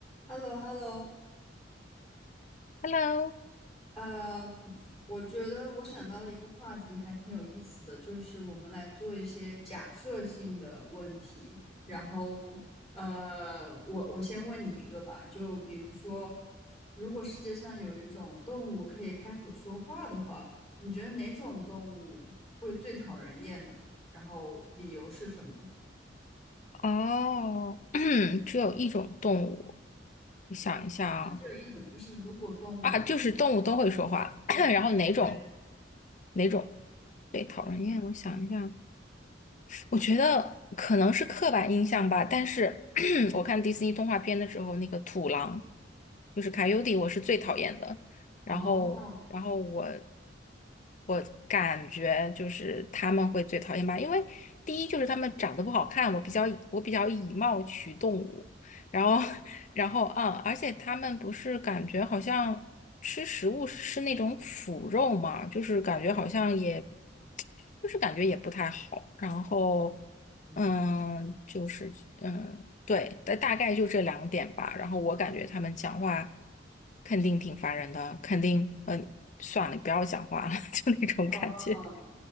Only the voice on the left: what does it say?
Hello，
哦，<clears throat> 只有一种动物，我想一下啊，
啊，就是动物都会说话，
<clears throat>
然后哪种哪种？对，讨人厌，我想一下，我觉得可能是刻板印象吧，但是 <clears throat> 我看迪士尼动画片的时候，那个土狼就是卡尤迪，我是最讨厌的。
然后，然后我我感觉就是他们会最讨厌吧，因为第一就是他们长得不好看，我比较以我比较以貌取动，物。然后，然后啊，而且他们不是感觉好像吃食物是吃那种腐肉嘛，就是感觉好像也，
就是感觉也不太好。然后，
嗯，就是嗯，对，大大概就这两点吧。然后我感觉他们讲话肯定挺烦人的，肯定，嗯，算了，你不要讲话了，<laughs> 就那种感觉。